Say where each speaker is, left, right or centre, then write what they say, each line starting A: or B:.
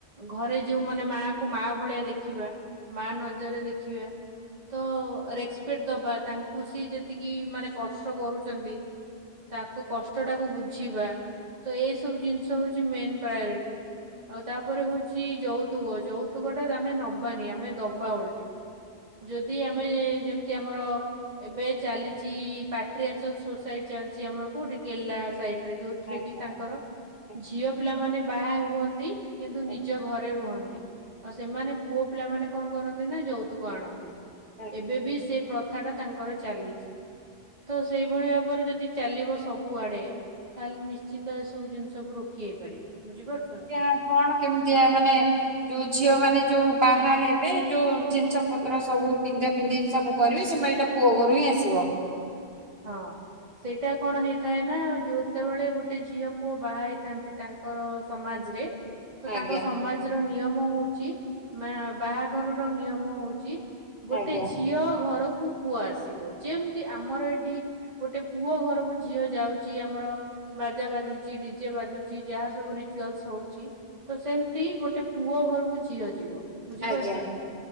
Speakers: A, on the right; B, on the right.
A: ଘରେ ଯୋଉମାନେ ମା ଙ୍କୁ ମା ଭଳିଆ ଦେଖିବା ମା ନଜରରେ ଦେଖିବା। ତ ରେସପେକ୍ଟ ଦବା ତାଙ୍କୁ ସି ଯେତିକି ମାନେ କଷ୍ଟ କରୁଛନ୍ତି ତାଙ୍କ କଷ୍ଟ ଟାକୁ ବୁଝିବା ତ ଏଇ ସବୁ ଜିନିଷ ହଉଛି ମେନ୍ ପ୍ରାୟୋରିଟି। ଆଉ ତାପରେ ହଉଛି ଯୌତୁକ ଯୌତୁକ ଟା ଆମେ ନବାନି ଆମେ ଦବା ଉଲ୍ ଯଦି ଆମେ ଯେମିତି ଆମର ଏବେ ଚାଲିଛି ପାଟ୍ରିଆଚଲ ସୋସାଇଟି ଚାଲିଛି ଆମର କୋଉଠି କେରେଲା ସାଇଡ ରେ ଯୋଉ ଏଥିରେ
B: ଆଜ୍ଞା
A: କି ତାଙ୍କର
B: ଆଜ୍ଞା
A: ଝିଅ ପିଲାମାନେ ବାହା ହୁଅନ୍ତି କିନ୍ତୁ ନିଜ
B: ଆଜ୍ଞା
A: ଘରେ ରୁହନ୍ତି ଆଉ ସେମାନେ ପୁଅ ପିଲାମାନେ କଣ କରନ୍ତି ନା ଯୌତୁକ ଆଣନ୍ତି।
B: ଆଜ୍ଞା।
A: ଏବେ ବି ସେ ପ୍ରଥାଟା ତାଙ୍କର ଚାଲିଛି। ତ ସେଇଭଳି ଭାବରେ ଯଦି ଚାଲିବ ସବୁଆଡେ ତାହେଲେ ନିଶ୍ଚିନ୍ତ ଏସବୁ ଜିନିଷକୁୁ ରୋକି ହେଇପାରିବ ବୁଝିପାରୁଛନ୍ତି?
B: ଏଇଟା କଣ କେମିତିକା ମାନେ? ଯୋଉ ଝିଅ ମାନେ ଯୋଉ ବାହା ହେବେ ଯୋଉ ଜିନିଷ ପତ୍ର ସବୁ ପିନ୍ଧା ପିନ୍ଧି ସବୁ କରିବେ ସେମାନେ ଏଇଟା ପୁଅ ଘରୁ ହିଁ ଆସିବ।
A: ହଁ ସେଇଟା କଣ ହେଇଥାଏ ନା ଯ ଯେତେବେଳେ ଗୋଟେ ଝିଅ ପୁଅ ବାହା ହେଇଥାନ୍ତି ତାଙ୍କ ଙ୍କର ସମାଜରେ ତ ତାଙ୍କ
B: ଆଜ୍ଞା।
A: ସମାଜର ନିୟମ ହଉଛି ମା ବାହାଘରର ନିୟମ ହଉଛି ଗୋଟେ
B: ଆଜ୍ଞା।
A: ଝିଅ ଘରକୁ ପୁଅ ଆସିବେ ଯେମତି ଆମର ଏ ଏଠି ଗୋଟେ ପୁଅ ଘରକୁ ଝିଅ ଯାଉଛି ଆମର ବାଜା ବାଜୁଚି ଡିଜେ ବାଜୁଛି ଯାହା ସବୁ ରିଚୁଆଲସ ହଉଛି ତ ସେମତି ଗୋଟେ ପୁଅ ଘରକୁ ଝିଅ ଯିବ ବୁଝିପାରୁଛନ୍ତି?
B: ଆଜ୍ଞା।